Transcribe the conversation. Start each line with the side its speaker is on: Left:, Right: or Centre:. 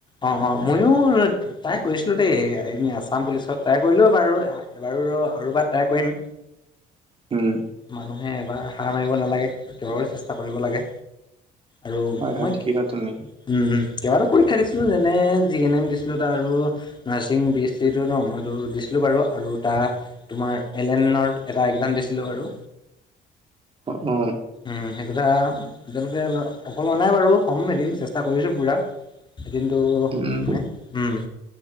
Left: অ অ ময়ো ট্ৰাই কৰিছিলোঁ দেই এ আছাম পুলিচত ট্ৰাই কৰিলোঁ বাৰু। এবাৰো আৰু এবাৰ ট্ৰাই কৰিম।
Right: হম।
Left: মানুহে এবাৰ সাৰ মাৰিব নালাগে কেবাবাৰো চেষ্টা কৰিব লাগে। আৰু
Right: হয় হয়
Left: মই
Right: ঠিকেই
Left: উম,
Right: ক'লা তুমি
Left: উম। কেইবাটাও পৰীক্ষা দিছিলো। যেনে জি এন এম দিছিলো তাৰ আৰু নাৰ্ছিং বি এচ চিটো ন মইতো দিছিলো বাৰু আৰু এটা তোমাৰ এলেনৰ এটা একজাম দিছিলোঁ বাৰু।
Right: অ অ।
Left: উম সেই কথা এতিয়ালৈকে বাৰু সফল হোৱা নাই বাৰু হ'ম এদিন চেষ্টা কৰিছো পুৰা। এদিনটো
Right: উম
Left: হমে। উম।